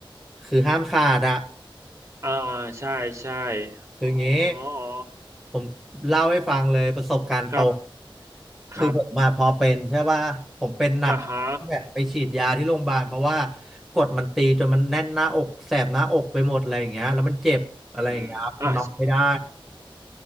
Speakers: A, in the centre; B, on the right.
A: คือห้ามขาดอะ
B: อ่าอ่าใช่ใช่
A: คืองี้
B: อ๋ออ๋อ
A: ผมเล่าให้ฟังเลยประสบการณ์ตรง
B: ครับ
A: คือผมมาพอเป็นใช่ป่ะผมเป็นหนัก
B: ครับอ่าฮะ
A: แบบไปฉีดยาที่โรงพยาบาลเพราะว่ากดมันตีจนมันแน่นหน้าอกแสบหน้าอกไปหมดอะไรอย่างเงี้ยแล้วมันเจ็บอะไรอย่างเงี้ยครับนอนไม่ได้
B: อืมอ่า